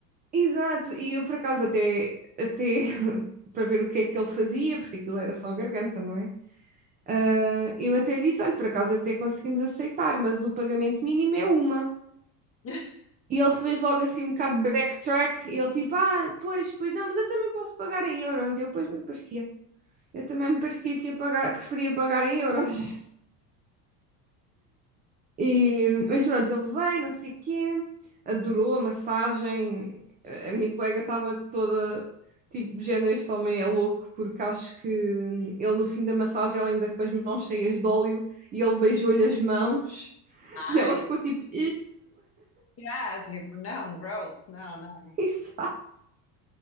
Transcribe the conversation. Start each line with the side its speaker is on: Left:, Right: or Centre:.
Right: exato, e eu por acaso até, até <laughs> para ver o que é que ele fazia, porque aquilo era só garganta, não é? Ah, eu até lhe disse, olha, por acaso até conseguimos aceitar, mas o pagamento mínimo é uma.
Left: <laughs>
Right: E ele fez logo assim um bocado de backtrack, e ele tipo, ah, pois, pois não, mas eu também posso pagar em euros. E eu, pois, me parecia. Eu também me parecia que ia pagar, preferia pagar em euros. <laughs> E, mas pronto, ele veio, não sei o quê, adorou a massagem. A minha colega estava toda tipo de género, este homem é louco, porque acho que ele no fim da massagem, ela ainda com as mãos cheias de óleo, e ele beijou-lhe as mãos,
Left: Ai,
Right: e ela ficou tipo, <laughs>
Left: ah, tipo, não, gross, não, não.
Right: exato.